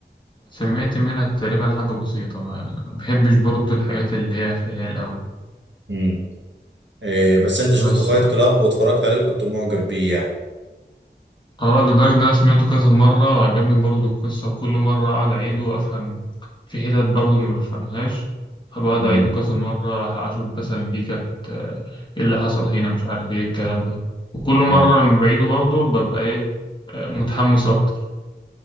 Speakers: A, on the left; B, on the right.
A: سمعت منها تقريبا حاجة بسيطة ما ما بحبش برضو الحاجات اللي هي خيال أوي
B: مم. إيه بس انت شفت
A: بس
B: فايت كلاب واتفرجت عليه وكنت معجب بيه يعني
A: اه لدرجة إن أنا سمعته كذا مرة وعجبني برضو القصة وكل مرة أقعد أعيده وأفهم في حتت برضو ما بفهمهاش فبقعد
B: مم.
A: أعيده كذا مرة أشوف مثلا دي كانت آه، إيه اللي حصل هنا مش عارف إيه الكلام ده وكل مرة
B: مم.
A: لما بعيده برضو ببقى إيه آه، متحمس أكتر